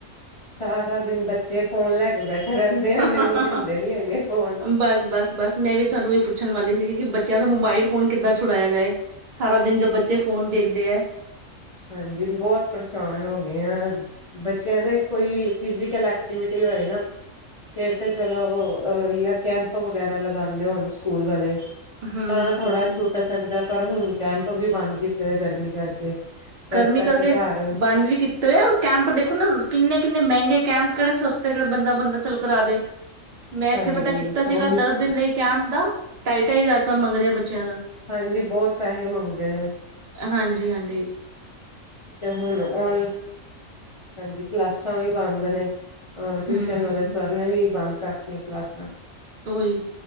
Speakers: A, on the left; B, on the right.
A: ਸਾਰਾ ਦਿਨ ਬੱਚੇ ਫੋਨ ਲੈ ਕੇ ਬੈਠੇ ਰਹਿੰਦੇ ਆ
B: ਹ
A: ਮੈਨੂੰ
B: ਹ
A: ਦਿੰਦੇ
B: ਹ
A: ਨੀ ਹੈਗੇ ਫੋਨ
B: ਬਸ, ਬਸ, ਬਸ ਮੈਂ ਵੀ ਤੁਹਾਨੂੰ ਇਹ ਪੁੱਛਣ ਵਾਲੀ ਸੀਗੀ ਕਿ ਬੱਚਿਆਂ ਦਾ ਮੋਬਾਇਲ ਫੋਂਨ ਕਿੱਦਾਂ ਛੁਡਾਇਆ ਜਾਏ ਸਾਰਾ ਦਿਨ ਜ ਬੱਚੇ ਫੋਨ ਦੇਖਦੇ ਦੇ ਏ
A: ਹਾਂਜੀ, ਬਹੁਤ ਪਰੇਸ਼ਾਨ ਹੋ ਗਏ ਆ ਬੱਚਿਆਂ ਦੇ ਕੋਈ ਫੀਜੀਕਲ ਐਕਟੀਵਿਟੀ ਹੋਏ ਨਾ ਫਿਰ ਤੇ ਚਲੋ ਕੈਂਪ ਵਗੈਰਾ ਲਗਾਦੇ ਹੋਣ ਸਕੂਲ ਵਾਲੇ
B: ਹੂੰ-ਹੂੰ-ਹੂੰ,
A: ਤਾਂ ਥੋੜਾ ਛੁੱਟ ਸਕਦਾ ਪਰ ਹੁਣ ਕੈਂਪ ਵੀ ਬੰਦ ਕੀਤੇ ਹੋਇਆ ਗਰਮੀ ਕਰਕੇ ਤੇ
B: ਗਰਮੀ
A: ਇਸ
B: ਕਰਕੇ
A: ਘਰ
B: ਬੰਦ ਵੀ ਕੀਤੇ ਹੋਏ ਆ ਕੈਂਪ ਦੇਖੋ ਨਾ ਕਿੰਨੇ ਕਿੰਨੇ ਮਹਿੰਗੇ ਕੈਂਪ ਕਿਹੜੇ ਸਸਤੇ ਕਿਹੜੇ ਬੰਦਾ- ਬੰਦਾ ਚਾਲੂ ਕਰਾ ਦੇ ਮੈਂ ਇੱਥੇ
A: ਹਾਂਜੀ
B: ਪਤਾ ਕੀਤਾ ਸੀਗਾ
A: ਉਹੀ
B: ਦਸ ਦਿਨ ਲਈ ਕੈਮ ਦਾ ਢਾਈ- ਢਾਈ ਹਜ਼ਾਰ ਰੁਪਇਆ ਮੰਗ ਰਿਹਾ ਬੱਚਿਆਂ ਦਾ।
A: ਹਾਂਜੀ ਬਹੁਤ ਪੈਸੇ ਮੰਗਦੇ ਨੇ।
B: ਹਾਂਜੀ! ਹਾਂਜੀ!
A: ਤੇ ਹੁਣ ਹੁਣ ਹਾਂਜੀ ਕਲਾਸਾਂ ਵੀ ਬੰਦ ਨੇ ਅ ਟਿਊਸ਼ਨ
B: ਹੂੰ,
A: ਵਾਲੇ ਸਰ ਨੇ ਵੀ ਬੰਦ ਕਰਦੀ ਕਲਾਸਾਂ
B: ਉਹੀ